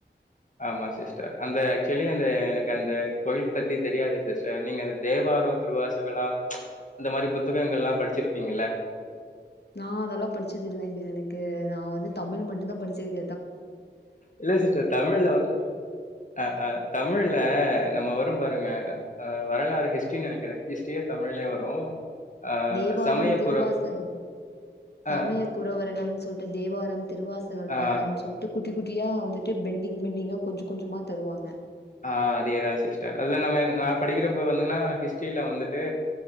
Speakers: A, on the left; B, on the left.
A: ஆமா அந்த ஆக்சுவலி அந்த எனக்கு அந்த கோயில் பத்தி தெரியாது சிஸ்டர் நீங்க அந்த தேவாரம் திருவாசக்கல்லா இந்த மாரி புத்தகங்கள் எல்லாம் படுச்சிருப்பீங்கள
B: நான அதெல்லாம் படிச்சது இல்லங்க எனக்கு நான் வந்து தமிழ் மட்டும்தான் படிச்ச <inaudible>
A: இல்ல சிஸ்டர் தமிழ்ல வ அஹ்ஹ் தமிழ்ல நம்ம வரும் பாருங்கஹ் வரலாறு ஹிஸ்ட்ரின்னு நினைக்கிறேன் ஹிஸ்டரியே தமிழ்லயே வரும் அ
B: தேவாரம்
A: சமயக்குற
B: திருவாசகம்
A: அ,
B: சமய குறவர்கள்னு சொல்லிட்டு தேவாரம் திருவாசக
A: ஆ,
B: பாடம்னு சொல்லிட்டு குட்டி குட் குடியா வந்துட்டு பெண்டிங் பெண்டிங்கா கொஞ்சம் கொஞ்சமா தருவாங்ங
A: ஆஹ் அதேதான் சிஸ்டர் அதுல நம்ம நான் படிக்கிறப்ப வந்துங்கன்னா ஹிஸ்ட்ரியில வந்து விட்டு